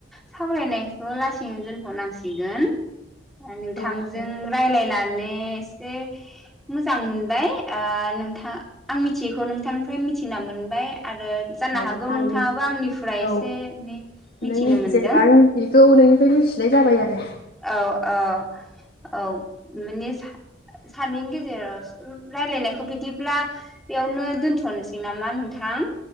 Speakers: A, in the centre; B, on the left (about 55°).
A: सावरायनायखौ लास <unintelligible> नो दोनथ' नांसिगोन। नोंथांजों
B: दङ औ दे
A: रायलायनानै एसे। मोजां मोनबाय ओ नोंथां आं मिथियैखौ नोंथांनिफ्राय मिथिना मोनबाय आरो जानो
B: औ
A: हागौ
B: आं
A: नोंथाङाबो आंनिफ्राय एसे
B: औ
A: एनै मिथिनो
B: नों जेनेबा
A: मोनदों
B: आं मिथियैखौ नोंनिफ्राय मिथिनाय जाबाय आरो।
A: औ औ औ माने सानैनि गेजेराव रायलायनायखौ। बिदि। ब्ला बेयावनो दोन्थ'नोसै नामा नोंथां?